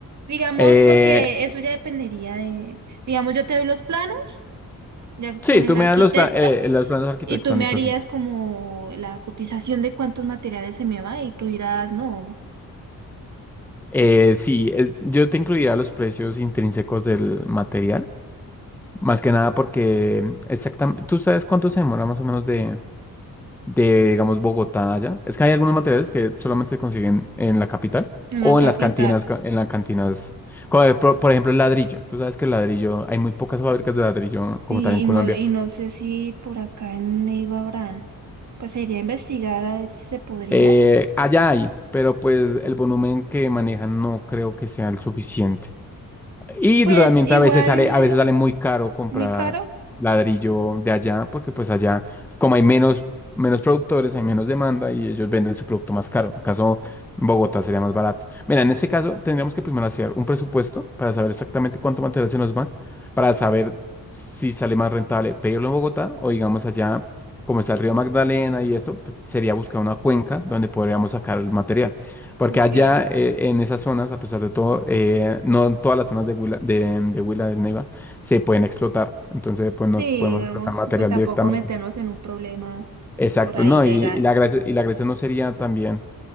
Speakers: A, on the right; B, in the centre.
A: Digamos,
B: Eh,
A: porque eso ya dependería de, digamos, yo te doy los planos, ya con
B: sí,
A: el
B: tú
A: arquitecto,
B: me das los, pla- eh, los planos arquitectónicos.
A: y tú me harías como la cotización de cuántos materiales se me va, y tú dirás, no,
B: Eh, sí, eh, yo te incluiría los precios intrínsecos del material. Más que nada porque exactamente, ¿tú sabes cuánto se demora más o menos de de, digamos, Bogotá allá. Es que hay algunos materiales que solamente se consiguen en la capital
A: en
B: o
A: la capital.
B: en las cantinas, ca- en las cantinas. Como, eh, Por, por ejemplo, el ladrillo. Tú sabes que el ladrillo, hay muy pocas fábricas de ladrillo como
A: Sí,
B: tal en
A: y
B: Colombia.
A: no, y no sé si por acá en Neiva habrán. Pues sería investigar a ver si se podría.
B: Eh, allá hay, pero pues el volumen que manejan no creo que sea el suficiente. Y
A: Pues
B: realmente
A: igual,
B: a veces sale, a veces sale muy caro comprar
A: muy caro,
B: ladrillo de allá, porque pues allá, como hay menos, menos productores, hay menos demanda y ellos venden su producto más caro. En el caso en Bogotá sería más barato. Mira, en ese caso tendríamos que primero hacer un presupuesto para saber exactamente cuánto material se nos va, para saber si sale más rentable pedirlo en Bogotá o digamos allá, como está el río Magdalena y esto, pues, sería buscar una cuenca donde podríamos sacar el material. Porque
A: ¿o
B: allá
A: qué?
B: eh, en esas zonas, a pesar de todo, eh, no en todas las zonas de Huila, de, de Huila del Neiva se pueden explotar. Entonces, pues no
A: Sí,
B: podemos
A: digamos,
B: explotar material
A: pues tampoco
B: directamente.
A: meternos en un problema
B: Exacto,
A: por ahí
B: no,
A: legal.
B: y, y la gracia, y la gracia no sería también